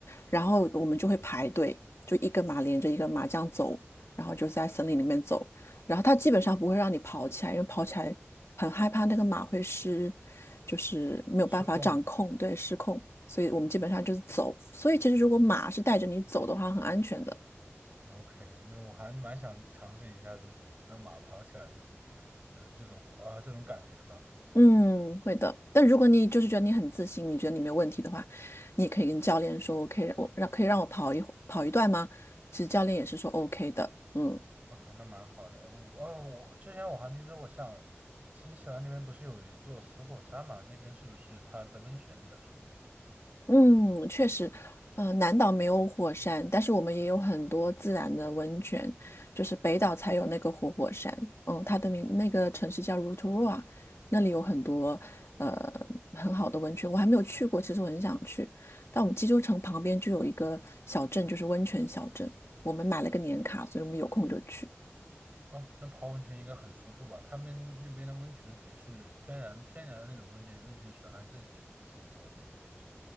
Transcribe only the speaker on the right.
失控嘛。
OK，那我还蛮想尝试一下这种让马跑起来这种，呃，这种啊、这种感觉吧。
OK，那蛮好的。我啊、我之前我还听说过像新西兰那边不是有一座死火山嘛？那边是不是它的温泉比较出名？
哦，那泡温泉应该很舒服吧？他们那边的温泉水是天然天然的那种温泉温泉水，还是自己自己做的温泉水？